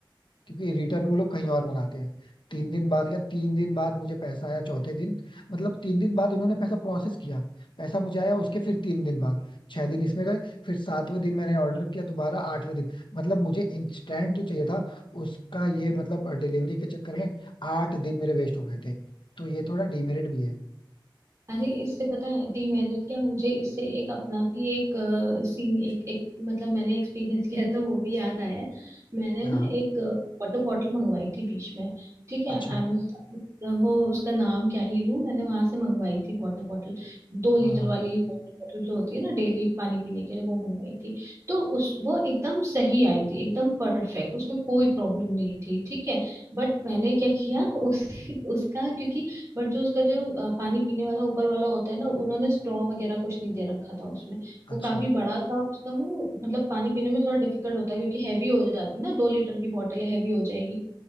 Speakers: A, on the left; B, on the right.
A: क्योंकि रिटर्न वो लोग कहीं और मंगाते हैं तीन दिन बाद गया तीन दिन बाद मुझे पैसा आया चौथे दिन मतलब तीन दिन बाद उन्होंने पैसा प्रोसेस किया पैसा मुझे आया उसके फिर तीन दिन बाद छह दिन इसमें गए फिर सातवें दिन मैंने ऑर्डर किया दोबारा आठवें दिन मतलब मुझे इंस्टेंट जो चाहिए था उसका ये मतलब डिलीवरी के चक्कर में आठ दिन मेरे वेस्ट हो गए थे तो ये थोड़ा डिमेरिट भी है
B: अरे इससे पता है डीमेरिट क्या मुझे इससे एक अपना भी एक सीन एक एक मतलब मैंने एक्सपीरियंस किया था वो भी याद आया है मैंने
A: हाँ
B: ना एक वाटर बॉटल मंगवाई थी बीच में ठीक है
A: अच्छा
B: अमेजोन वो उसका नाम क्या ही लूं मैंने वहां से मंगवाई थी वाटर बॉटल दो लीटर
A: हाँ हाँ
B: वाली वाटर बॉटल जो होती है ना डेली पानी पीने के लिए वो मंगवाई थी तो उस वो एकदम सही आई थी एकदम परफेक्ट उसमें कोई प्रॉब्लम नहीं थी ठीक है बट मैंने क्या किया उस <laughs> उसका क्योंकि बट जो उसका जो अ, पानी पीने वाला ऊपर वाला होता है ना उन्होंने स्ट्रॉ वगैरह कुछ नहीं दे रखा था उसमें वो
A: अच्छा
B: काफी बड़ा था उसका मुंह मतलब पानी पीने में थोड़ा डिफिकल्ट होता है क्योंकि हैवी हो जाती है ना दो लीटर की बॉटल है हैवी हो जाएगी